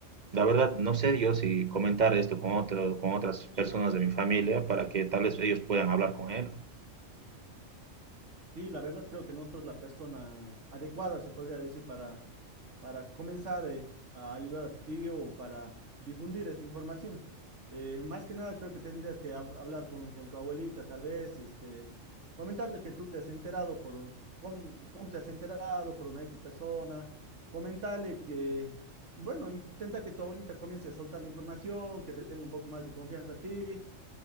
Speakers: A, on the right; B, on the right.
A: la verdad, no sé yo si comentar esto con otro, con otras personas de mi familia para que tal vez ellos puedan hablar con él.
B: Sí, la verdad creo que no sos la persona adecuada, se podría decir, para para comenzar eh, a ayudar a tu tío o para difundir esta información. Eh, más que nada, creo que tendrías que hab- hablar con, con tu abuelita, tal vez, este, comentarle que tú te has enterado por, cómo, cómo te has enterado por una X persona, comentarle que, bueno, intenta que tu abuelita comience a soltar la información, que te tenga un poco más de confianza a ti,